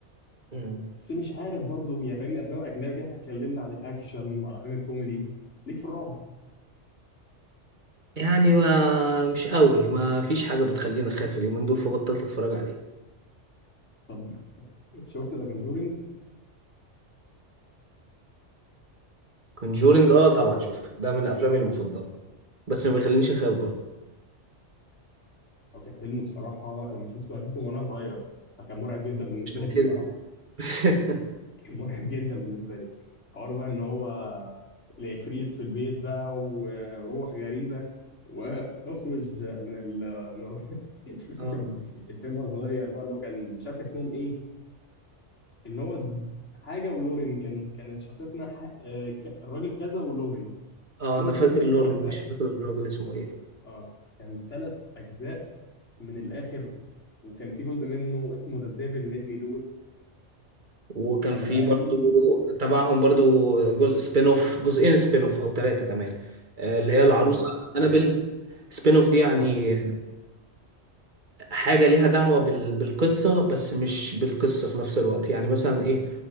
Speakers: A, on the right; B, on the left.
A: مم.
B: بس مش عارف برضو يعني فاهمني افلام اجنبي كده احنا اتكلمنا عن الاكشن وعن افلام الكوميدي ليك في الرعب
A: يعني ما مش قوي ما فيش حاجة بتخليني أخاف اليومين دول فبطلت أتفرج عليه
B: طب <laughs> شفت ذا كونجورينج
A: كونجورينج آه طبعا شفته ده من أفلامي المفضلة بس ما بيخلينيش أخاف برضه
B: او كان فيلم بصراحه لما شفته انا شفته وانا صغير فكان مرعب جدا بالنسبه
A: عشان
B: لي
A: كده
B: الصراحه
A: <laughs>
B: كان مرعب جدا بالنسبه لي حوار بقى ان هو العفريت في البيت بقى وروح غريبه واخرج من ال من ال- <laughs> مش
A: آه
B: عارف كان الفيلم وهو صغير بقى اللي هو كان مش عارف كان اسمهم ايه اللي هو حاجه ولورين كان كان الشخصيه اسمها ح... آه، ك- الراجل كذا ولورين
A: آه
B: عملوا
A: أنا
B: الفيلم
A: فاكر
B: ثلاث
A: لورن
B: اجزاء
A: مش فاكر الراجل اسمه إيه
B: اه كان ثلاث اجزاء من الاخر وكان في جزء منه اسمه ذا ديفل ميد مي دو ات
A: وكان
B: كان
A: في
B: بقى
A: برضه
B: دي
A: تبعهم برضه جزء سبين أوف جزئين سبين أوف أو ثلاثة كمان آه، اللي
B: ايه
A: هي
B: سبين
A: العروسة
B: اوف ده
A: أنابل سبين أوف دي يعني
B: اه
A: حاجة ليها دعوة بال... بالقصة بس مش بالقصة في نفس الوقت يعني مثلا ايه